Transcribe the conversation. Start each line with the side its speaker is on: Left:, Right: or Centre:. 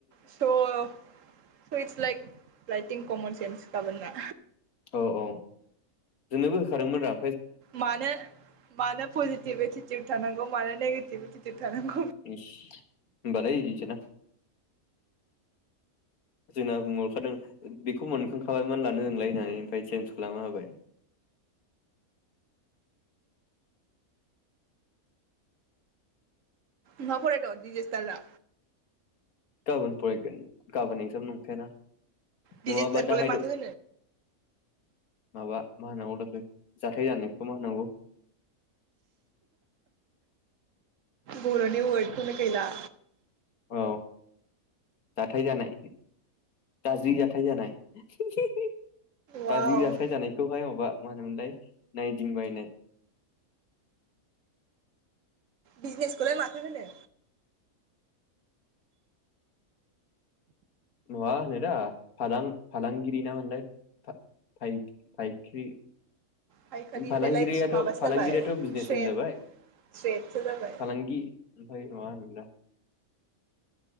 Right: स' स' इटस लायक ला एटिं कमन सेन्स गाबोन ना।
Left: औ औ जोंनोबो होदोंमोन दा।
Right: मानो मानो पजिटिभ एटिटिउड थानांगौ मानो नेगेटिभ एटिटिउड थानांगौ
Left: इस। होमबालाय इजिसोना। जोंना बुंहरखादों बेखौ मोनखांखाबायमोन लानो नोंलाय होननानै ओमफ्राय चेन्ज खालामना होबाय।
Right: न फरावथ'वाखै दिजिस्थारा?
Left: गाबोन फरायगोन गाबोन एकजाम नंखायाना।
Right: डिजिस्टारखौलाय
Left: नङाबा दाहायद'
Right: माथो होनो
Left: माबा मा होनांगौ दा जाथाय जानायखौ मा होननांगौ?
Right: बर'नि वर्दखौनो गैला
Left: औ जाथाय जानाय गाज्रि जाथाय जानाय। <inaudible>
Right: वाव
Left: गाज्रि जाथाय जानायखौहाय माबा मा होनो मोनलाय नाइदिं बायनाय।
Right: बिजनेसखौलाय माथो होनो?
Left: माबा होनोरा फालां-फालांगिरि ना मा मोनलाय फाइख्रि
Right: फायखारि
Left: फालांगिरियाथ'
Right: बेलाय माबासो
Left: फालांगिरियाथ'
Right: जाबाय
Left: बिजनेसमेन
Right: ट्रेड
Left: जाबाय।
Right: ट्रेडसो जाबाय
Left: फालांगि ओमफ्राय नंङा होमब्लाना।